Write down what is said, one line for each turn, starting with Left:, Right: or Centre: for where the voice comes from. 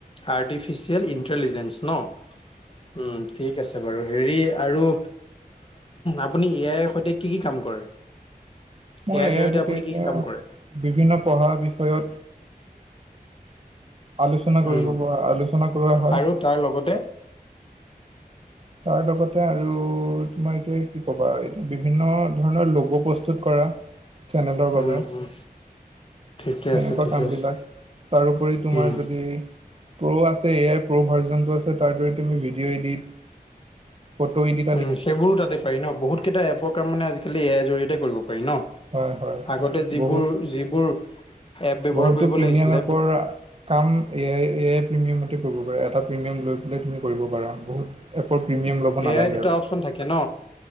Left: আৰ্টিফিচিয়েল ইণ্টেলিজেন্ঞ্চ ন উম, ঠিক আছে বাৰু হেৰি আৰু আপুনি এ আইৰ সৈতে কি-কি কাম কৰে?
Right: মই
Left: এ আইৰ জৰিয়তে
Right: সৈতে
Left: আপুনি
Right: এতিয়া
Left: কি - কি কাম কৰে?
Right: বিভিন্ন পঢ়া বিষয়ত আলোচনা কৰিব
Left: উম,
Right: পৰা আলোচনা কৰোৱা হয়।
Left: আৰু তাৰ লগতে
Right: তাৰ লগতে আৰু তোমাৰ এতিয়া কি ক'বা এতিয়া বিভিন্ন ধৰণৰ লঘো প্ৰস্তুত কৰা চেনেলৰ বাবে
Left: উম - উম। ঠিকে
Right: সেনেকুৱা
Left: আছে, ঠিকে
Right: কামবিলাক
Left: আছে।
Right: তাৰোপৰি তোমাৰ
Left: উম,
Right: যদি প্ৰ' আছে এ আই প্ৰ' ভাৰ্জনটো আছে তাৰ দৰে তুমি ভিডিঅ' ইডিট ফটো ইদিত
Left: উম, সেইবোৰো তাতে পাৰি ন বহুত কেইটা এপৰ কাম মানে আজিকালি এয়াৰ জৰিয়তে কৰিব পাৰি ন।
Right: হয় হয়
Left: আগতে
Right: হয়
Left: যিবোৰ
Right: বহুত
Left: - যিবোৰ এপ ব্যৱহাৰ
Right: বহুতো
Left: কৰিব
Right: প্ৰিমিয়াম
Left: লাগিছিলে।
Right: এপৰ কাম এ আই - এ আই প্ৰিমিয়ামতে কৰিব পাৰা এটা প্ৰিমিয়াম লৈ পেলাই তুমি কৰিব পাৰা বহুত এপৰ প্ৰিমিয়াম ল'ব নালাগে
Left: এয়াই দুটা
Right: আৰু
Left: অপচন থাকে ন